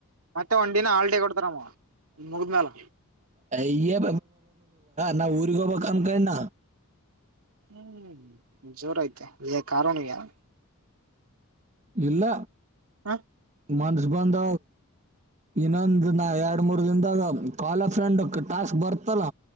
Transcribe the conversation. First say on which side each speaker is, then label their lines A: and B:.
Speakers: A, on the right; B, on the right.
A: ಮತ್ತೆ ಒಂದುಿನ ಹಾಲ್ಡ ಕೊಡ್ತಾರಮ್ಮ ಮುಗಿದ್ಮೇಲ
B: ಇ್ಯ ನಾ ಊರಿಗೆ ಹೋಗಬೇಕ ಅನ್ ಕನ್ನ
A: ಹ್ಮ್ ಜೋರಾಯತ ಕಾರಣ ಯಾರ
B: ಇಲ್ಲ
A: ಹಾ
B: ಮಂಸ್ಬಧ ಇನ್ನೊಂದ್ ನ ಎರಡ್ ಮೂರ್ ದಿನದಾಗ ಕಾಲಫ್ರಂಡ್ ಟಾಸ್ಕ್ ಬರ್ತಲ್ಲ